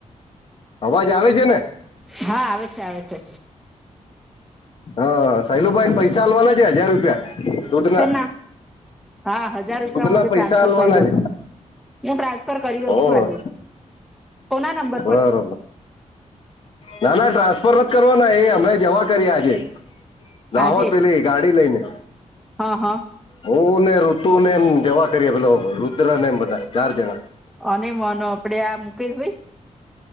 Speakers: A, on the left; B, in the centre.
A: અવાજ આવે છે ને?
B: હા આવે છે, આવે છે.
A: હા સાહેલુભાઈને પૈસા આલવાના છે હજાર રૂપિયા. દૂધના
B: શેના હા હજાર રૂપિયા
A: દૂધના
B: હું આજે
A: પૈસા
B: ટ્રાન્સફર
A: આલવાના
B: કરી દો.
A: છે
B: હું ટ્રાન્સફર કરી
A: હો
B: દઉં છું આજે. કોના નંબર
A: બરોબર
B: પર
A: ના ના ટ્રાન્સફર નથ કરવાના એ અમે જવા કરીયા છે. દાહોદ
B: આજે
A: પેલી ગાડી લઈને.
B: હા હા
A: હું ને ઋતુ ને એમ જવા કરીએ પેલો રુદ્ર ને એમ બધા ચાર જણા
B: આ નઈ માનો આપડે આ મુકેશભાઈ